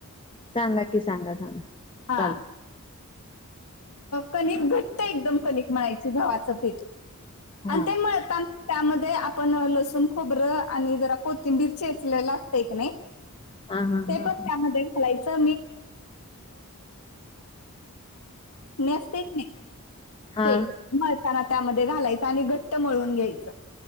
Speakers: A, on the left; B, on the left.
A: सांगा सांगा सांगा.
B: हा
A: चालत
B: कणिक घट्ट एकदम कणिक म्हणायची गव्हाचं पीठ
A: हा.
B: आणि ते मळताना त्यामध्ये आपण लसूण खोबरं आणि जरा कोथिंबीर चेचलेलं असतं की नाही.
A: हा हा
B: ते
A: हा
B: पण
A: हा
B: त्यामध्ये चटणी असते की नाही
A: हा
B: ते मळताना त्यामध्ये घालायच आणि घट्ट मळून घ्यायचं.